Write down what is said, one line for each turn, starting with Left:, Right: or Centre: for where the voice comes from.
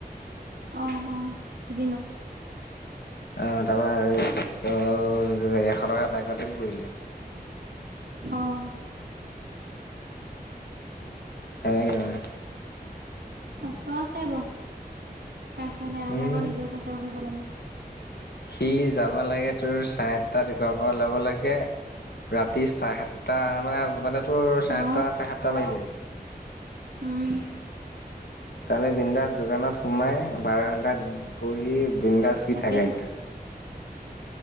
Right: অ অ এদিনত
Left: অ তাৰ পৰা এ এশ। এশ টকা বাইক তেল পুৰিলে
Right: অহ
Left: সেনেকে মে
Right: কষ্ট আছে বৰ পাছলে লাহে
Left: উম
Right: লাহে আকৌ নিজেও পইচা ভৰিব লাগে
Left: সি যাব লাগে তোৰ চাৰে আঠটাত ঘৰ পৰা ওলাব লাগে ৰাত ত্ৰিশ চাৰে সাতটা মানে মানে তোৰ চাৰে
Right: অ
Left: সাতটা চাৰে সাতটা বাজি যায়
Right: উম
Left: তালে বিন্দাস দোকানত সোমাই বাৰ ঘন্টাত বহি বৃন্দাছ শুই
Right: তাকেতো
Left: থাকা